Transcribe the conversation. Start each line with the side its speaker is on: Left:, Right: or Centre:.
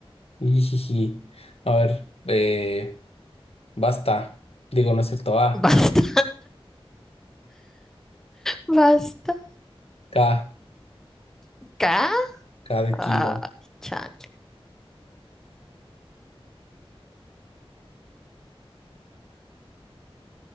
Left: Ijiji. A ver, eh, basta. Digo, no es cierto. A,
Centre: Basta, basta.
Left: K,
Centre: Acá.
Left: K de
Centre: Ah,
Left: kilo.
Centre: chale.